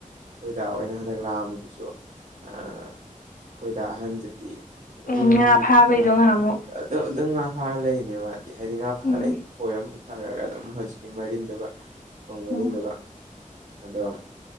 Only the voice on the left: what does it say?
ꯉꯥ ꯐꯥꯕꯩꯗꯣ ꯉꯍꯥꯟꯃꯨꯛ
ꯎꯝ
ꯎꯝ